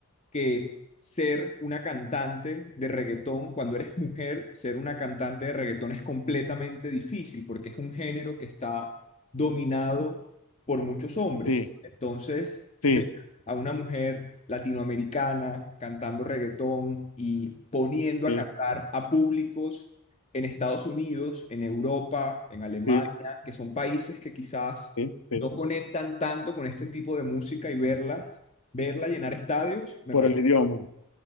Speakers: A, on the left; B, on the left.
A: que ser una cantante de reggaetón, cuando eres mujer, ser una cantante de reggaetón es completamente difícil porque es un género que está dominado por muchos hombres.
B: Sí,
A: Entonces,
B: sí,
A: ver a una mujer latinoamericana cantando reggaetón y poniendo a
B: sí,
A: cantar a públicos en Estados Unidos, en Europa, en Alemania,
B: sí,
A: que son países que quizás
B: sí, sí.
A: no conectan tanto con este tipo de música y verlas verla llenar estadios, me
B: Por
A: parece
B: el idioma.